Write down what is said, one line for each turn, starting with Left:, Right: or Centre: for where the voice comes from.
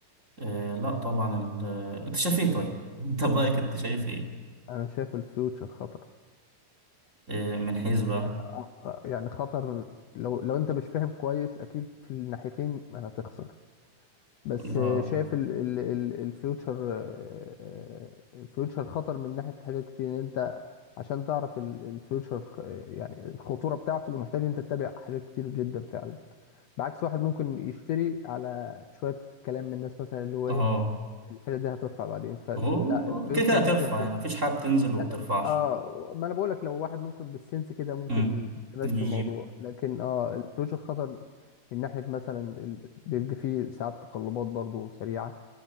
Right: آه لا طبعا ال- آه، انت شايف ايه طيب <laughs> انت برايك انت شايف ايه
Left: أنا شايف الفيوتشر خطر
Right: آه من حيث بقى
Left: يعني آه، آه، يعني خطر لو لو أنت مش فاهم كويس أكيد في الناحيتين هتخسر بس
Right: الله
Left: آه، شايف ال ال ال الفيوتشر آه، الفيوتشر خطر من ناحية حاجات كتير ان انت عشان تعرف ال- الفيوتشر خ- يعني الخطورة بتاعته محتاج انت تتابع حاجات كتير جدا فعلا بعكس واحد ممكن يشتري على شوية كلام من الناس مثلا اللي هو
Right: اه
Left: ايه الحاجة دي هترفع بعدين فلا
Right: هو
Left: الفيوتشر
Right: كده كده هترفع
Left: ممكن يبقى
Right: يعني مفيش حاجه بتنزل وما
Left: أنا-
Right: بترفعش
Left: اه ما انا بقول لك لو واحد ممكن بالسنس كده ممكن
Right: مم.
Left: يمشي
Right: يجيب
Left: الموضوع لكن اه الفلوس الخطر من ناحية مثلا ال- بيبقى فيه ساعات تقلبات برضو سريعة